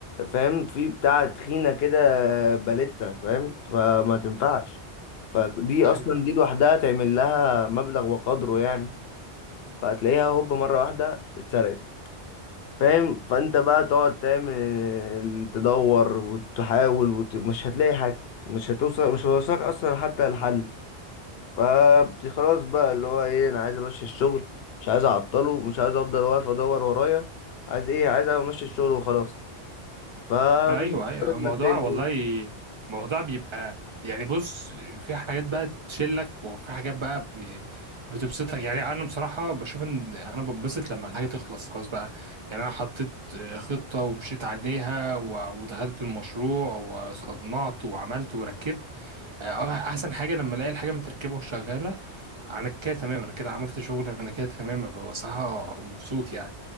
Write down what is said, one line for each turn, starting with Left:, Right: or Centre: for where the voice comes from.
Left: فاهم في بتاع تخينة كده آه، باليتا فاهم فما تنفعش فدي
Right: ايوه
Left: أصلا دي لوحدها تعمل لها مبلغ وقدره يعني فهتلاقيها هوب مرة واحدة اتسرقت فاهم فأنت بقى تقعد تعمل آه، تدور وتحاول وت... مش هتلاقي حاجة مش هتوصل مش هتوصلك أصلا حتى الحل فخلاص بقى اللي هو ايه انا عايز امشي الشغل مش عايز اعطله مش عايز افضل واقف ادور ورايا عايز ايه عايز امشي الشغل وخلاص فبتضطر
Right: ايوه ايوه
Left: انك
Right: الموضوع
Left: تعمل
Right: والله
Left: ايه
Right: الموضوع بيبقى يعني بص في حاجات بقى تشلك وفي حاجات بقى ب- بتبسطك يعني انا بصراحه بشوف ان انا بنبسط لما الحاجه تخلص خلاص بقى يعني انا حطيت آه، خطه ومشيت عليها و- ودخلت المشروع وصنعت وعملت وركبت آه، احسن حاجه لما الاقي الحاجه متركبه وشغاله انا كده تمام انا كده عملت شغل انا كده تمام ببقى صراحه مبسوط يعني